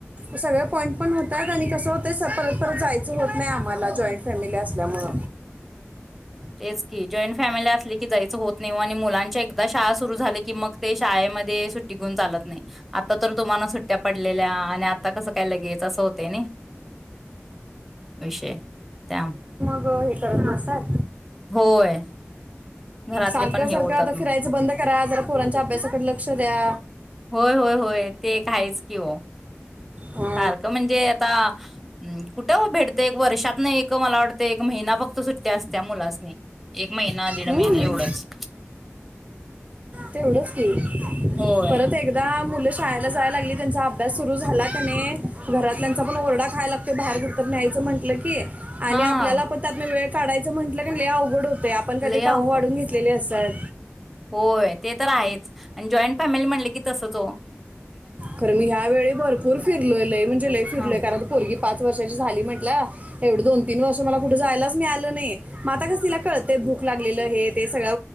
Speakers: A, on the right (about 30°); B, in the centre.
A: सगळे पॉईंट पण होत आहेत आणि कसं होत सल तर जायचं होत नाही आम्हाला जॉईंट फॅमिी अस असल्या मळ
B: एकिट जॉईंट फॅमिली असली की जायचं होत नाही आणि मुलांच्या एकदा शाळा सुरु झाली की मग ते शाळेमध्ये घून चालत नाही आता तर तुम्हाला सुट्ट्या पडलेल्या आणि आता कसं काय लगेच असं होते ना विषय त्या
A: ग हे करत नसतात
B: होय घरातले
A: सारखं
B: पण हे
A: सारखं
B: होतात
A: आता
B: मग.
A: फिरायचं बंद करा जरा पोरांच्या अभ्यासाकडे लक्ष द्या
B: होय होय होय ते एक आहेच की हो
A: हा.
B: सारखं म्हणजे आता कुठे भेटत एक वर्षात नाही मला वाटतं एक महिना फक्त सुट्ट्या अस त्या मुलासने महिना दीड
A: हम्म,
B: महिना एवढाच
A: तेवढंच नाही
B: होय.
A: परत एक एकदा मुलं शाळेला जाय लागली. त्यांचा अभ्यास सुरू झाला त्याने घरातल्यांचा पण ओरडा खायलागतो बाहेर कुरत न्यायचं म्हटलं की, आणि
B: हा
A: आपल्याला पण त्यात म वेळ काढायचं म्हटलं की ल अवडतं. ते आपण काहीतरी
B: लई
A: कामं
B: अवघ
A: वाढून घेतलेली असतात.
B: होय ते तर आहेच आणि जॉईंट फॅमिली म्हणले की तसंचो
A: खरं मी ह्या वेळी भरपूर फरलोय लय म्हणजे लय फिरलोय
B: ह
A: कारण पोरगी पाच वर्षाची झाली म्हटलं एवढी दोन तीन वर्ष मला कुठं जायलाच. मी आलो नाही. माता कास तिला कळतंय भूक लागलेलं आहे. ते सगळा